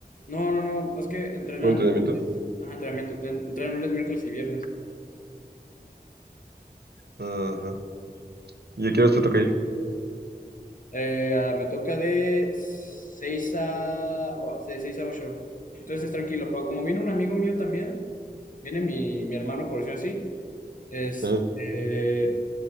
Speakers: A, on the left; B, on the right.
A: No, no, no. Es que entrenan.
B: ¿Un entrenamiento?
A: ajá, entrenamiento. ten- Entrenan lunes, miércoles y viernes.
B: Ajá. ¿Y a qué hora te toca ir?
A: Eh, ah, me toca de 6 a, o- de 6 a ocho Entonces tranquilo, pero como viene un amigo mío también, viene mi, mi hermano, por decirlo así, es,
B: Ajá.
A: eh,